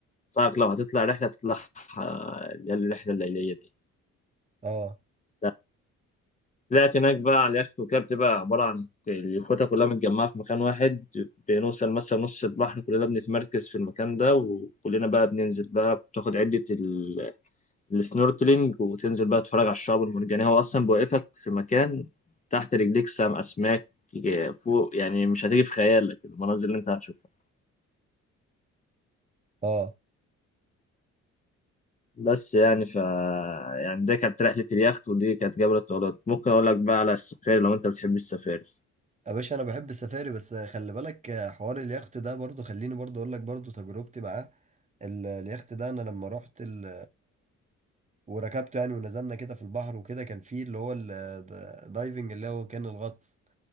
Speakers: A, on the left; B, on the right.
A: صعب لو هتطلع رحلة تطلع آه، اللي هي الرحلة الليلية دي
B: اه
A: لا، طلعت هناك بقى على اليخت وكده بتبقى عبارة عن اليخوتة كلها متجمعة في مكان واحد بنوصل مثلا نص البحر كلنا بنتمركز في المكان ده وكلنا بقى بننزل بقى بتاخد عدة ال... السنوركلينج وتنزل بقى تتفرج على الشعب المرجانية هو أصلا بيوقفك في مكان تحت رجليك سام أسماك فوق يعني مش هتيجي في خيالك المناظر اللي أنت هتشوفها
B: اه
A: بس يعني ف يعني ده كانت رحلة اليخت ودي كانت جبل الطويلات ممكن أقول لك بقى على السفاري لو أنت بتحب السفاري
B: يا باشا انا بحب السفاري بس خلي بالك حوار اليخت ده برضو خليني برضو اقول لك برضو تجربتي معاه ال- اليخت ده انا لما رحت ال... وركبته يعني ونزلنا كده في البحر وكده كان فيه اللي هو الدايفنج اللي هو كان الغطس